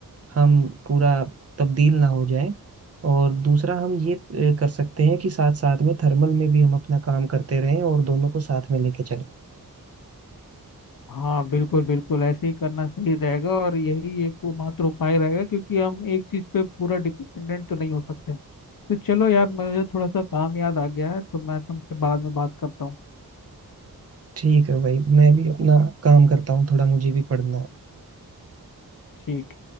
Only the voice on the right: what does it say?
हम पूरा तब्दील ना हो जाए और दूसरा हम ये अ, कर सकते हैं कि साथ साथ में थर्मल में भी हम अपना काम करते रहें और दोनों को साथ में लेके चलें
ठीक है भाई मैं भी अपना काम करता हूँ थोड़ा मुझे भी पढ़ना है